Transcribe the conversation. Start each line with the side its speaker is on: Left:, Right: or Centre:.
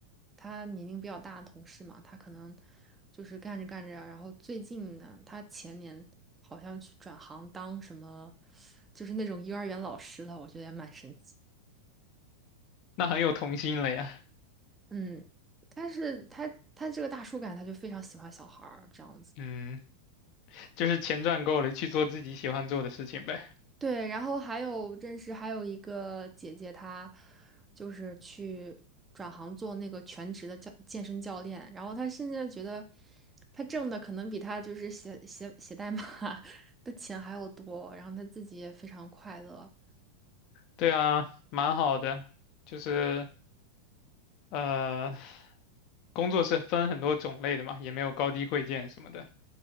Right: 他年龄比较大的同事嘛，他可能就是干着干着啊，然后最近呢，他前年好像去转行当什么，就是那种幼儿园老师了，我觉得也蛮神奇。
Left: 那很有童心了呀。
Right: 嗯，但是他他这个大叔感，他就非常喜欢小孩儿这样子。
Left: 嗯，就是钱赚够了，去做自己喜欢做的事情呗。
Right: 对，然后还有认识还有一个姐姐，她就是去转行做那个全职的教健身教练，然后她甚至觉得她挣的可能比她就是写写写代码 <laughs> 的钱还要多，然后她自己也非常快乐。
Left: 对啊，蛮好的。就是呃，工作是分很多种类的嘛，也没有高低贵贱什么的，